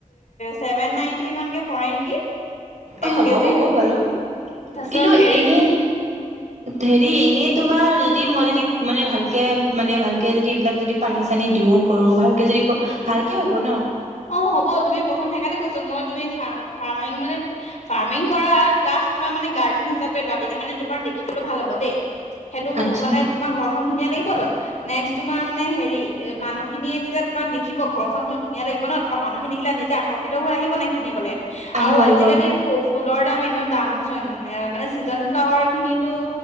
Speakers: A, on the left; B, on the right.
A: ছেভেন নাইনটি ইমানকে পৰে নেকি?
B: অ'
A: এক
B: হ'ব-হ'ব
A: কেজিত
B: বাৰু
A: তাৰপিছত
B: কিন্তু
A: হেৰি
B: এনে হেৰি এনেই তোমাৰ যদি, মই যদি মানে ভালকে মানে ভালকে যদি এইবিলাক যদি পানী চানী দিওঁ কৰো, ভালকে যদি ক ভালকে হব ন।
A: অ' হ'ব তুমি প্ৰথম সেইকাৰণে কৈছ মই তুমি ফাৰ্মিং মানে ফাৰ্মি কৰা প্লা তোমাৰ মানে গাৰ্ডেন হিচাপে লোৱা, তেতিয়া মানে তোমাৰ দেখিবলৈ ভাল হব দেই। সেইটো
B: আচ্ছা
A: মানে তোমাৰ ঘৰখন ধুনীয়া লাগিবত। নেক্সট তোমাৰ মানে হেৰি এ মানুহখিনিয়ে যেতিয়া তোমাক দেখিব ঘৰখননতো ধুনীয়া লাগিব। ন তাৰ মানুহ দেখিল নিজে আকৰ্ষিত হৈ আহিব নে কিনিবলে
B: আহিব
A: আৰু
B: আহিব
A: আজিকালি ফু-ফুলৰ দাম এনেও দাম চোন মানে চিজন ফ্লাৱাৰ খিনি টো